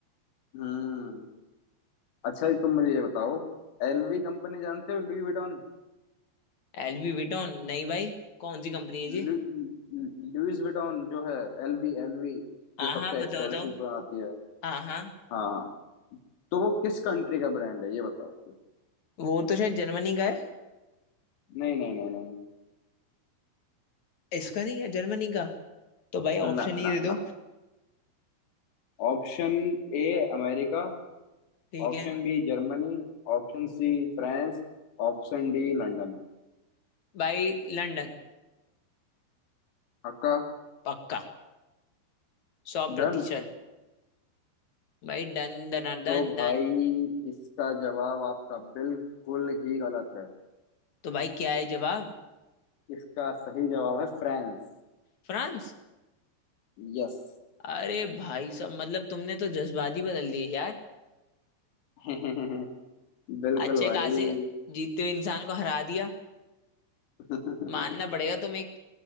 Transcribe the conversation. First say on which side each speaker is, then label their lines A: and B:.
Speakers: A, on the left; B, on the left.
A: हम्म अच्छा तुम मुझे ये बताओ एलवी कंपनी जानते हो लुई विटॉन
B: एलवी विटोन नहीं भाई कौन सी कंपनी है जी
A: लु, लुइस विटॉन जो है एलवी एलवी
B: हाँ
A: जो सबसे
B: हाँ बताओ
A: एक्सपेंसिव
B: बताओ
A: बनाती है
B: हाँ हाँ
A: हाँ तो वो किस कंट्री का ब्रांड है ये बताओ मुझे
B: वो तो शायद जर्मनी का है
A: नहीं नहीं नहीं नहीं
B: इसका नहीं है जर्मनी का तो भाई ऑप्शन
A: ना
B: ही
A: ना
B: दे
A: ना
B: दो
A: Option A America
B: ठीक
A: Option
B: है
A: B Germany Option C France Option D London
B: भाई लंदन
A: आपका
B: पक्का सौ
A: डन
B: प्रतिशत भाई डन डन
A: तो
B: डन
A: भाई
B: डन
A: इसका जवाब आपका बिल्कुल ही गलत है
B: तो भाई क्या है जवाब
A: इसका सही जवाब है फ्रांस
B: फ्रांस
A: यस
B: अरे भाई साहब मतलब तुमने तो जज्बात ही बदल दिए यार
A: <laughs> बिल्कुल
B: अच्छे
A: भाई
B: खासे जीतते हुए इंसान को हरा दिया
A: <laughs>
B: मानना पड़ेगा तुम एक